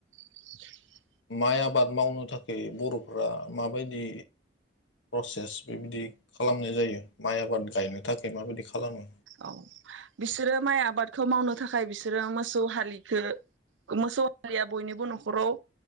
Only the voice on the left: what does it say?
माइ आबाद मावनो थाखाय बर'फ्रा माबायदि प्रसेस बेबायदि खालामनाय जायो माइ आबाद गायनो थाखाय माबायदि खालामो